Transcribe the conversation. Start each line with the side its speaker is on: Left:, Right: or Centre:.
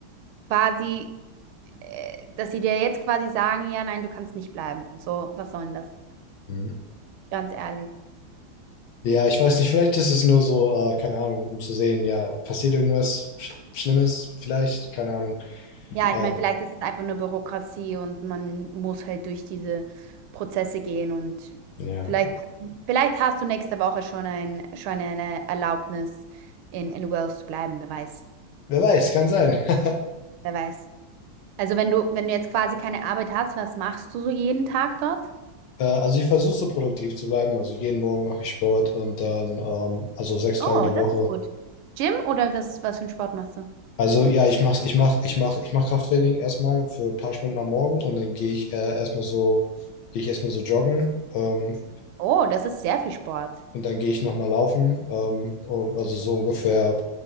Right: quasi, äh, dass sie dir jetzt quasi sagen, ja, nein, du kannst nicht bleiben. So, was soll denn das?
Left: Mhm.
Right: Ganz ehrlich.
Left: Ja, ich weiß nicht, vielleicht ist es nur so, äh, keine Ahnung, um zu sehen, ja, passiert irgendwas Sch Schlimmes, vielleicht, keine Ahnung.
Right: Ja,
Left: Äh,
Right: ich meine, vielleicht ist es einfach nur Bürokratie und man muss halt durch diese Prozesse gehen und
Left: ja,
Right: vielleicht, vielleicht hast du nächste Woche schon ein, schon eine Erlaubnis, in, in Wales zu bleiben, wer weiß.
Left: wer weiß, kann sein. <laughs>
Right: Wer weiß. Also wenn du, wenn du jetzt quasi keine Arbeit hast, was machst du so jeden Tag dort?
Left: Äh, also ich versuche so produktiv zu bleiben. Also jeden Morgen mache ich Sport und dann, ähm, also sechs
Right: Oh,
Left: Tage die Woche.
Right: das ist gut. Gym oder was, was für einen Sport machst du?
Left: Also ja, ich mach's, ich mach, ich mach, ich mach Krafttraining erstmal für ein paar Stunden am Morgen und dann gehe ich äh, erstmal so, gehe ich erstmal so joggen ähm,
Right: Oh, das ist sehr viel Sport.
Left: und dann gehe ich nochmal laufen. Ähm, um, also so ungefähr